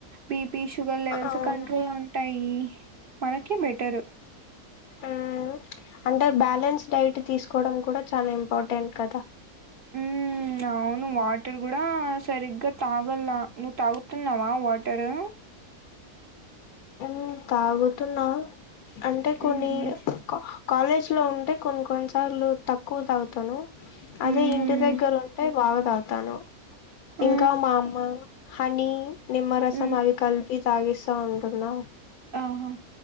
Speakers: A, on the right; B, on the left.
A: బీపీ షుగర్ లెవెల్స్
B: అవును
A: కంట్రోల్ ఉంటాయి మనకే బెటరు
B: ఉమ్, అంటే బ్యాలెన్స్ డైట్ బట్టి తీసుకోవడం కూడా చాలా ఇంపార్టెంట్ కదా
A: ఉ అవును వాటర్ కూడా సరిగ్గా తాగల నువ్వు తాగుతున్నావా వాటరు
B: ఉ తాగుతున్నా అంటే కొన్ని
A: మ్మ్
B: కాలేజ్ లో ఉంటే కొన్ని కొన్నిసార్లు తక్కువ తాగుతాను అదే
A: మ్మ్
B: ఇంటి దగ్గర ఉంటే బాగ తాగుతాను
A: ఆ
B: ఇంకా మా అమ్మ హనీ నిమ్మరసం
A: మ్మ్
B: అవి కల్ టీ తాగిస్త ఉంటున్నావు
A: ఆహా